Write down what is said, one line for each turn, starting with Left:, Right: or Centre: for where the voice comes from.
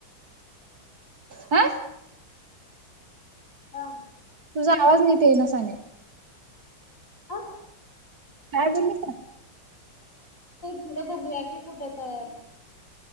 Right: हा
Left: हा
Right: तुझा आवाज नीट येईना साने
Left: आ
Right: काय बोलली का.
Left: पुढं बघूया की कुठं तर